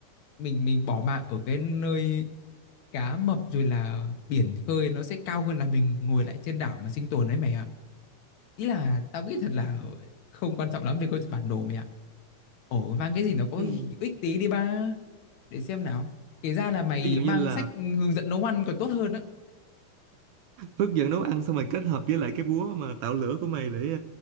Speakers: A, on the left; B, on the right.
A: mình mình bỏ mạng ở cái nơi cá mập rồi là biển khơi nó sẽ cao hơn là mình ngồi lại trên đảo mà sinh tồn đấy mày ạ. Ý là tao nghĩ thật là không quan trọng lắm về câu chuyện bản đồ mày ạ. Ồ, mang cái gì nó có hữu
B: Ừm,
A: ích tí đi ba. Để xem nào. Kể ra là mày
B: ví dụ
A: mang
B: như là
A: sách hướng dẫn nấu ăn còn tốt hơn á.
B: Hướng dẫn nấu ăn xong rồi kết hợp với lại cái búa mà tạo lửa của mày để